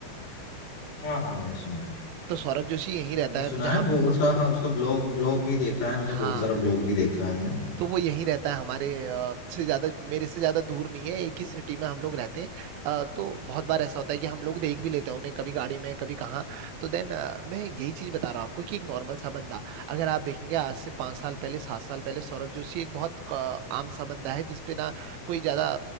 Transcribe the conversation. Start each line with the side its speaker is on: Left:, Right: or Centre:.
Left: हाँ हाँ मैंने सुना है
Right: तो सौरभ जोशी यहीं रहता
Left: मैंने सुना
Right: है जहाँ
Left: है वो उसका हाँ उसका ब्लॉग ब्लॉग भी देखा है मैंने
Right: हाँ
Left: बहुत सारा ब्लॉग भी देखा है मैंने
Right: तो वो यहीं रहता है हमारे अ, से ज्यादा मेरे से ज्यादा दूर नहीं है एक ही सिटी में हम लोग रहते हैं अ, तो बहुत बार ऐसा होता है कि हम लोग देख भी लेते हैं उन्हें कभी गाड़ी में कभी कहाँ तो देन मैं यही चीज बता रहा हूँ आपको कि एक नॉर्मल सा बंदा अगर आप देखेंगे आज से पाँच साल पहले सात साल पहले सौरभ जोशी एक बहुत अ, आम सा बंदा है जिसपे ना कोई ज्यादा